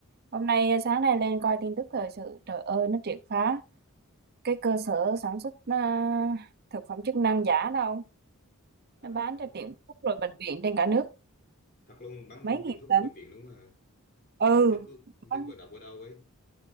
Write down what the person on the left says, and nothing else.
à
thực vật
thật luôn bán
luôn tiền
thuốc
bệnh viện luôn à
tin tức cứ- tin
tức vừa đọc ở đâu ấy